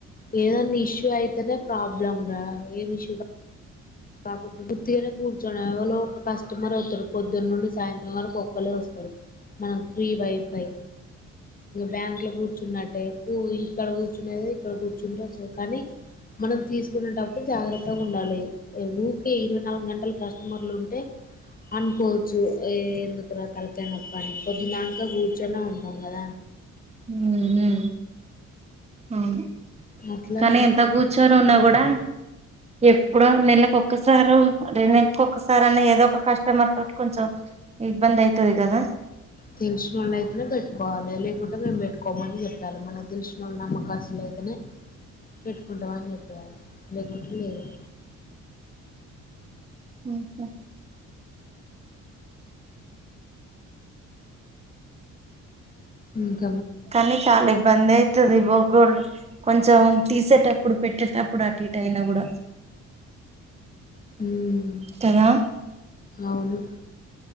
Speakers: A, on the left; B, on the right.
A: ఏదనా ఇష్యూ అయితేనే ప్రాబ్లమ్ రా ఏమి ఇష కా బకు గుత్తినే కూర్చన వాళ్ళ కస్టమర్ అవుతారు పొద్దున్న నుండి సాయంత్రం వరకు ఒక్కళ్ళే వస్తరు మనం త్రి భయం భయం బ్యాంక్ లో కూర్చున్నట్టే ఎక్కు ఇంక్కడ కూర్చునేదో ఇక్కడ కూర్చుంటేస్తు కానీ మనం తీసుకునేటప్పుడు జాగ్రత్తగా ఉండాలి ఊరికే ఇరవై నాలుగు గంటలు కస్టమర్లు ఉంటే అనుకోవచ్చు ఎందుకు రా తలకా నొప్పని పొద్దు దకా కూర్చొనే ఉంటాం కదా
B: హ హ అవును
A: అట్లా
B: కానీ ఎంత కూర్చోని ఉన్నా కూడా ఎప్పుడో నెలలకు ఒసారు రేను ఇంకుక్కసారి అని ఏదో ఒక కస్టమర్ తోటి కొంచెం ఇబ్బంది అయితది కదా
A: తెలిసిన వాళ్ళ అయితేనే పెట్టుకోవాలి లేకుంటే మేము పెట్టుకోల ఒకోమని చెప్పాలి మన తెలిసిన నమ్మకాశలు అయితేనే పెట్టుకుంటావా అని చెప్పయాలి లేకుంట లేదు
B: అకా
A: హ
B: కానీ కాల ఇబ్బంది అయితుది బ కొంచెం తీసేట ఇప్పుడు పెట్టేటప్పుడు అటు ఇటు అయినా కూడా
A: మ్మ్
B: కదా
A: అవును